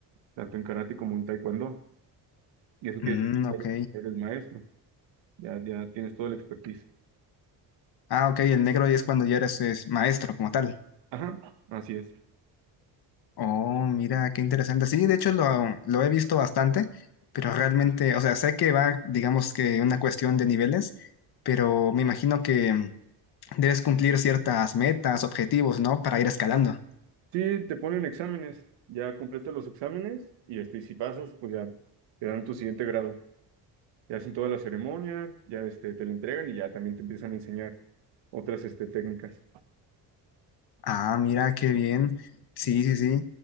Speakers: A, on the right (about 85°); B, on the left (about 60°).
A: tanto en karate como en taekwondo. Y eso quiere
B: Mm,
A: decir que
B: ok.
A: eres, eres maestro, ya, ya tienes todo el expertise.
B: Ah, ok, el negro es cuando ya eres es maestro como tal.
A: Ajá, así es.
B: Oh, mira, qué interesante. Sí, de hecho lo, lo he visto bastante, pero realmente, o sea, sé que va, digamos que una cuestión de niveles, pero me imagino que debes cumplir ciertas metas, objetivos, ¿no? Para ir escalando.
A: Sí, te ponen exámenes, ya completas los exámenes y este, si pasas, pues ya te dan tu siguiente grado. Te hacen toda la ceremonia, ya este, te lo entregan y ya también te empiezan a enseñar otras este, técnicas.
B: Ah, mira, qué bien. Sí, sí, sí.